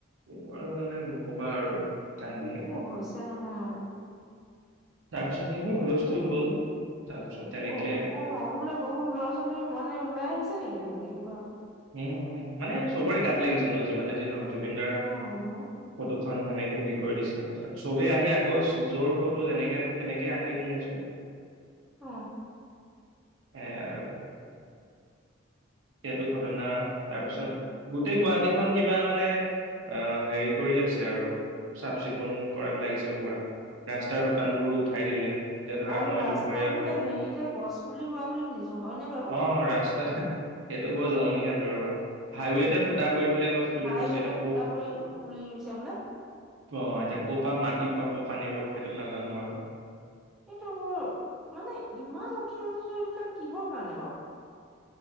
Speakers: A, on the right; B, in the centre.
A: এইবোৰ মানে নকবা আৰু কাহিনীয়ে
B: কি যে হৈছে নহয়
A: তাৰপিছত সেইবোৰ
B: তাকে
A: হুলস্থুল হ'ল তাৰপিছত তেনেকে
B: অ বোলে বহুত লৰা ছোৱালী মানে ওলাই আহিছে নেকি তেনেকে কিবা
A: উ মানে চবৰে গাত লাগিছে ন যিমানে যি ন। জুবিনদাৰ
B: কিয় নহয় নো
A: ফটোখন সেনে এতিয়া হেৰি কৰি দিছে ত পাছত চবেই আহি আকৌ যোৰ ফটো যেনেকে আ তেনেকে আঁকি দিলে চ
B: অ
A: সে আৰু সিহটো তাৰপিছত
B: উম
A: গোটেই গুৱাহাটী। কিবা মানে অ হেৰি কৰি আছে আৰু চাফ চিকুণ কৰাত লাগিছে। পুৰা ৰাস্তাৰ দোকান বোৰো উঠাই দিলে। এতিয়া ধৰা
B: আৰু
A: মই
B: ৰাস্তাত
A: দুপৰীয়া
B: বোলে
A: ক'ত
B: হেৰিতে গছ পুলি ৰোৱা বুলি শুনিছো হয়নে বাৰু।
A: অ ৰাস্তা সেইটো বৰ জমনি কান্দ ৰবা হাইৱেটে ফুটা কৰি ব গছ পুলি
B: হাইৱেতে
A: ৰুইছে ৰবা এতিয়া
B: ফুটা
A: কপ
B: কৰি পুলি ৰুইছে বোলে
A: অ এতিয়া কপা মাটি পাব পানী পাব সেইটো নাজানো আৰু।
B: এইটো বোৰ মানে ইমান অতিজনিত এইবিলাক কিহৰ কাৰণে বাৰু। <unintelligible>